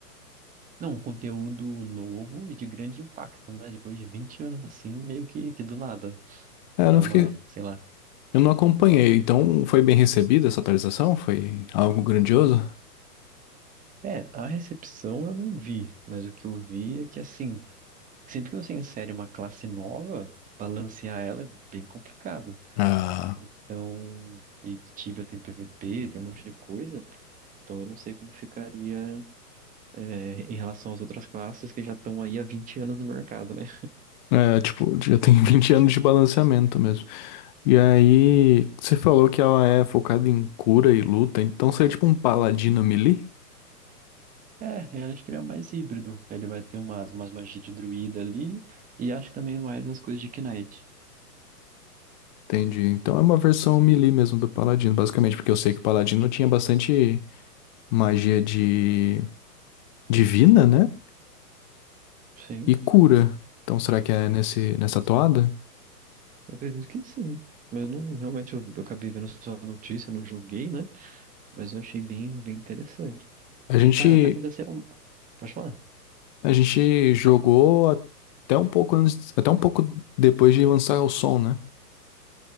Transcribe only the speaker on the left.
É,
eu
não fiquei.
Eu não acompanhei, então foi bem recebida essa atualização? Foi algo grandioso?
Ah,
é, tipo, já tem <laughs> 20 anos de balanceamento mesmo. E aí, você falou que ela é focada em cura e luta, então seria tipo um paladino melee?
Entendi. Então é uma versão melee mesmo do Paladino, basicamente, porque eu sei que o Paladino tinha bastante magia de divina, né?
E cura. Então será que é nesse nessa toada?
A gente
a gente jogou até um pouco antes, até um pouco depois de lançar o som, né?